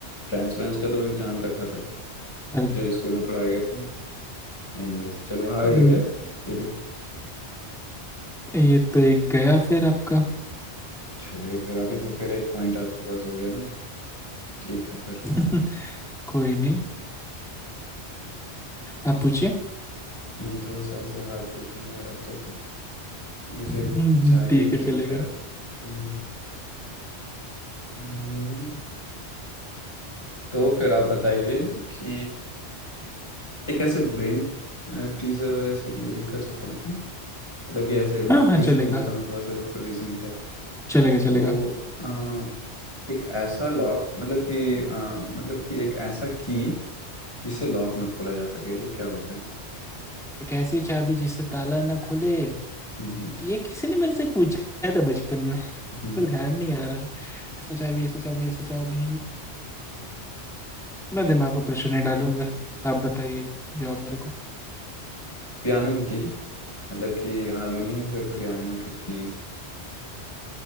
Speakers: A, on the left (about 25°); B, in the centre.
A: फ्रांस फ्रांस का तो मैंने जान रखा था
B: चल,
A: जो स्कूल में पढ़ाया गया था एनीवेज चलो हार
B: न-
A: गया क्या ये भी
B: ये तो एक गया फिर आपका
A: छोड़िए फिर अभी तो फिर एक पॉइंट आपके पास हो गया ना ठीक है फिर
B: <laughs> कोई नहीं आप पूछिए
A: नहीं थोड़ा सा ऐसे हार्ड पूछूंगा यार अब तो
B: <laughs>
A: मुझे
B: हम्म,
A: चाहिए
B: ठीक
A: ट्रेड
B: है चलेगा
A: यार हम्म, हम्म। तो फिर आप बताइए कि एक ऐसे ब्रेन टीजर वाला ऐसे गेम कर सकता हूँ क्या मतलब कि ऐसे मतलब
B: हाँ हाँ
A: क्वेश्चन
B: चलेगा
A: पूछता हूँ थोड़ा सा रीजनिंग टाइप
B: चलेगा
A: तो
B: चलेगा
A: अ, एक ऐसा लॉक मतलब कि अ, मतलब कि एक ऐसा की जिससे लॉक ना खोला जा सके वो क्या होता है
B: एक ऐसी चाबी जिससे ताला ना खुले
A: हम्म
B: ये किसी ने मेरे से पूछा था बचपन में
A: हम्म
B: पर ध्यान नहीं आ रहा ऐसा चाबी ऐसा चाबी ऐसा चाबी मैं दिमाग को प्रश्न नहीं डालूंगा आप बताइए जवाब मेरे को
A: पियानो की की मतलब कि हारमोनी या फिर पियानो के कीज